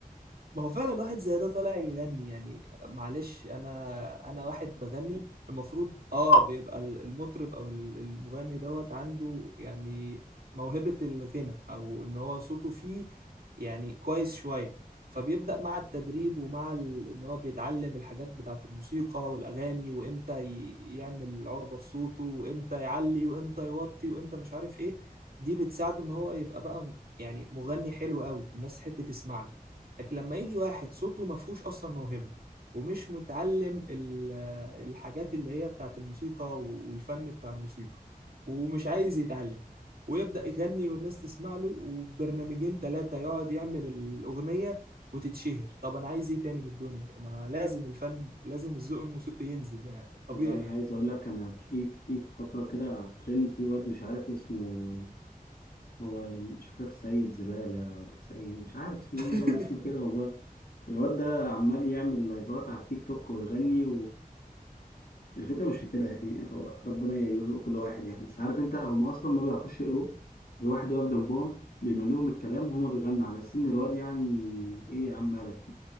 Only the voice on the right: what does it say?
ما هو فعلا واحد زي ده طالع يغني يعني معلش انا انا واحد بغني المفروض اه بيبقى ال- المطرب او ال- المغني دوت عنده يعني موهبة الغنى او ان هو صوته فيه يعني كويس شوية فبيبدأ مع التدريب ومع ال... ان هو بيتعلم الحاجات بتاعة الموسيقى والاغاني وامتى ي... يعمل عربة في صوته وامتى يعلي وامتى يوطي وامتى مش عارف ايه دي بتساعده ان هو يبقى بقى يعني مغني حلو قوي والناس تحب تسمع له لكن لما يجي واحد صوته ما فيهوش اصلا موهبه ومش متعلم ال- الحاجات اللي هي بتاعت الموسيقى والفن بتاع الموسيقى ومش عايز يتعلم ويبدأ يغني والناس تسمع له وبرنامجين ثلاثة يقعد يعمل الأغنية وتتشهر طب أنا عايز إيه تاني من الدنيا ما لازم الفن لازم الذوق الموسيقي ينزل يعني طبيعي
يعني
<laughs>